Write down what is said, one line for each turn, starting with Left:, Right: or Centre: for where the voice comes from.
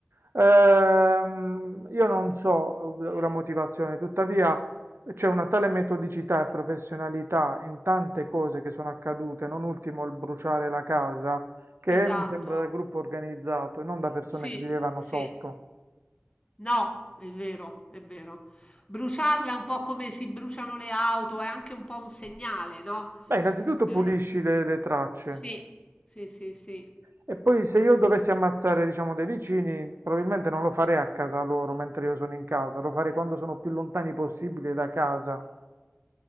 Right: Ehm, io non so la motivazione, tuttavia c'è una tale metodicità e professionalità in tante cose che sono accadute, non ultimo il bruciare la casa, che
Left: esatto.
Right: mi sembra da gruppo organizzato e non da persone
Left: Sì,
Right: che vivevano
Left: sì.
Right: sotto.
Left: No, è vero, è vero. Bruciarla è un po' come si bruciano le auto, è anche un po' un segnale, no?
Right: Beh, innanzitutto
Left: Eh,
Right: pulisci le, le tracce
Left: sì, sì, sì, sì.
Right: e poi se io dovessi ammazzare, diciamo, dei vicini, probabilmente non lo farei a casa loro mentre io sono in casa, lo farei quando sono più lontani possibile da casa.